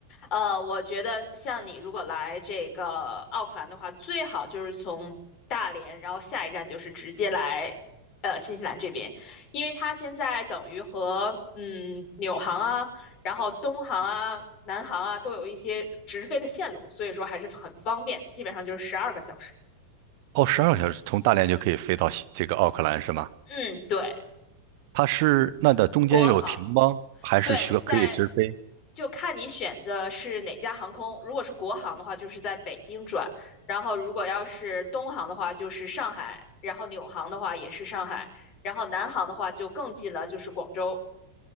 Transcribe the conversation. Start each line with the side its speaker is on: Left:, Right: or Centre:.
Left: 呃，我觉得像你如果来这个奥克兰的话，最好就是从大连，然后下一站就是直接来呃新西兰这边，因为它现在等于和嗯纽航啊，然后东航啊、南航啊都有一些直飞的线路，所以说还是很方便的，基本上就是十二个小时。
Right: 哦，十二个小时，从大连就可以飞到西这个奥克兰是吗？
Left: 嗯，对，
Right: 它是那的中间有停吗？
Left: 国航。
Right: 还是需要可以直飞？
Left: 对，在就看你选的是哪家航空。如果是国航的话，就是在北京转；然后如果要是东航的话，就是上海；然后纽航的话也是上海；然后南航的话就更近了，就是广州。